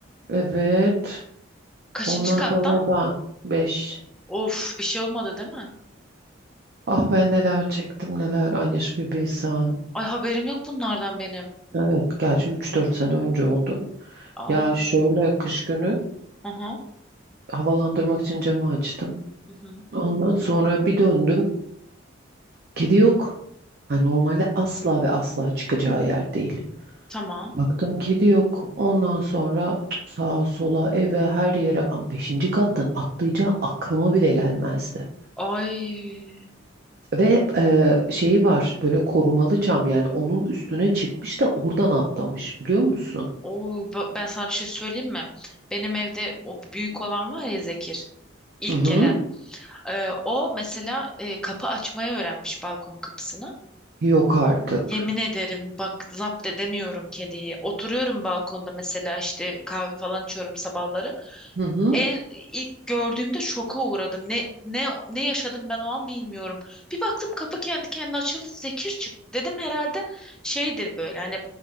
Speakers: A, on the right (about 50°); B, in the centre.
A: Evet.
B: Kaçıncı
A: Ondan
B: katta?
A: sonra ben 5.
B: Of bir şey olmadı değil mi?
A: Ah ben neler çektim neler. Anyaş bir bilsen.
B: Ay haberim yok bunlardan benim.
A: Evet gerçi üç dört sene önce oldu.
B: Aa,
A: Ya şöyle kış günü
B: aha,
A: havalandırmak için camı açtım.
B: hı hı.
A: Ondan sonra bir döndüm. Kedi yok. Yani normalde asla ve asla çıkacağı yer değil.
B: Tamam.
A: Baktım kedi yok. Ondan sonra sağa sola eve her yere Am- beşinci kattan atlayacağı aklıma bile gelmezdi.
B: Ay
A: Ve e, şeyi var böyle korumalı çam yani onun üstüne çıkmış da oradan atlamış biliyor musun?
B: Oo, ba- ben sana bir şey söyleyeyim mi? Benim evde o büyük olan var ya Zekir. ilk
A: Hı hı.
B: gelen. Ee, o mesela e, kapı açmayı öğrenmiş balkon kapısını.
A: Yok artık.
B: Yemin ederim bak zapt edemiyorum kediyi. Oturuyorum balkonda mesela işte kahve falan içiyorum sabahları.
A: Hı hı.
B: En ilk gördüğümde şoka uğradım. Ne ne ne yaşadım ben o an bilmiyorum. Bir baktım kapı kendi kendine açıldı. Zekir çıktı. Dedim herhalde şeydir böyle hani